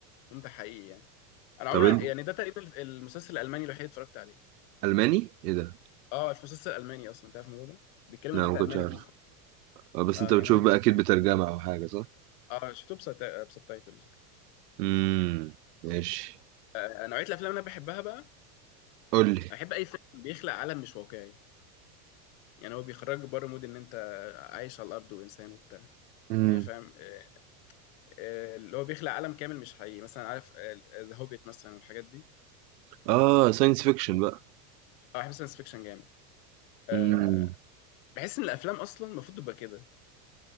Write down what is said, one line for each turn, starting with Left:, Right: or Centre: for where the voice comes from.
Left: ممتع حقيقي يعني انا عمري
Right: طب انت
Left: يعني ده تقريبا الف- المسلسل الالماني الوحيد اللي اتفرجت عليه
Right: الماني ايه ده
Left: اه المسلسل الالماني اصلا تعرف الموضوع ده بيتكلموا
Right: لا
Left: حتى
Right: ما كنتش
Left: الماني
Right: عارف
Left: في المسلسل
Right: آه، بس
Left: اه
Right: انت بتشوف
Left: يعني هو بيتكلموا
Right: بقى اكيد بترجمه
Left: الماني
Right: او حاجه صح
Left: اه شفته بسبت... بسبتايتلز
Right: امم ماشي
Left: آه، نوعيه الافلام اللي انا بحبها بقى
Right: قول لي
Left: انا بحب اي فيلم بيخلق عالم مش واقعي يعني هو بيخرجك بره مود ان انت عايش على الارض وانسان وبتاع
Right: امم
Left: يعني فاهم آه، آه، اللي هو بيخلق عالم كامل مش حقيقي مثلا عارف ذا هوبيت مثلا والحاجات دي
Right: اه ساينس فيكشن بقى
Left: اه بحب ساينس فيكشن جامد آه،
Right: امم
Left: بحس ان الافلام اصلا المفروض تبقى كده